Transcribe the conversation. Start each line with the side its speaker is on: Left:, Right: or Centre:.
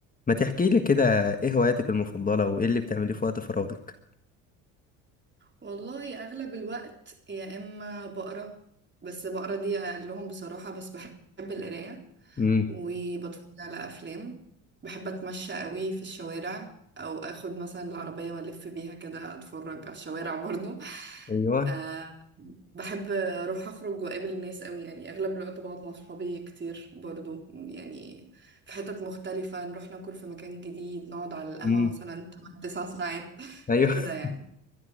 Left: ما تحكي لي كده ايه هواياتك المفضلة وايه اللي بتعمليه في وقت فراغك
Right: والله اغلب الوقت يا اما بقرا بس بقرا دي اقلهم بصراحه بس بحب القرايه
Left: امم
Right: وبتفرج على افلام بحب اتمشى قوي في الشوارع او اخد مثلا العربيه والف بيها كده اتفرج على الشوارع برضو
Left: ايوه
Right: أه بحب اروح اخرج واقابل الناس قوي يعني اغلب الوقت بقعد مع صحابي كتير برضو يعني في حتت مختلفه نروح ناكل في مكان جديد نقعد على القهوه
Left: امم
Right: مثلا 8 9 ساعات
Left: ايوه
Right: كده
Left: <laughs>
Right: يعني